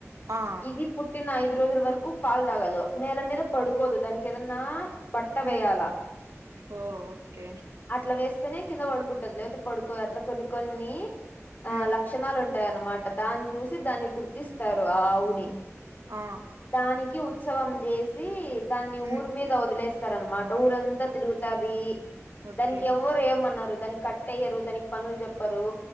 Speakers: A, on the right (about 85°); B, on the left (about 35°).
A: ఆ
B: ఇది పుట్టిన ఐదు రోజుల వరకు పాలు తాగదు నేల మీద పడుకోదు దానికి ఏదన్నా బట్ట
A: మ్మ్
B: వేయాలా
A: ఓ ఓకే
B: అట్లా వేస్తేనే కింద పడుకుంటది లేకపోతే పడుకోదు అట్లా కొన్ని కొన్ని ఆ
A: మ్మ్
B: ల లక్షణాలు ఉంటాయన్నమాట దాన్ని చూసి దాన్ని గుర్తిస్తారు ఆ ఆవుని
A: ఆ
B: దానికి ఉత్సవం చేసి దాన్ని
A: మ్మ్
B: ఊరి మీద వదిలేస్తారనమాట ఊరంతా తిరుగుతది
A: ఓకే
B: దానికి ఎవరు ఏమన్నారు దానికి చెయ్యరు దానికి పనులు చెప్పరు